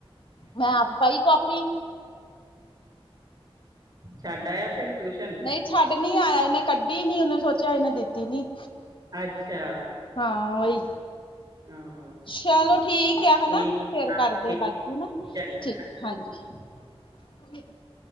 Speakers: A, on the left; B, on the right.
A: ਮੈਂ ਆਪ ਪਾਈ ਕਾਪੀ
B: ਛੱਡ ਆਇਆ ਤੇਰੀ ਟੂਸ਼ਨ
A: ਨਹੀਂ ਛੱਡ ਨੀ ਆਇਆ ਇਹਨੇ ਕੱਢੀ ਨੀ ਉਹਨੇ ਸੋਚਿਆ ਇਹਨੇ ਦਿੱਤੀ ਨੀ
B: ਅੱਛਾ,
A: ਹਾਂ ਵਈ।
B: ਆਹੋ
A: ਚਾਲੋ ਠੀਕ ਆ। ਹਨਾ,
B: ਠੀਕ
A: ਫੇਰ
B: ਆਹੋ
A: ਕਰਦੇ
B: ਠੀਕ
A: ਬਾਦ ਚ।
B: ਚੰਗਾ
A: ਠੀਕ ਹਾਂਜੀ।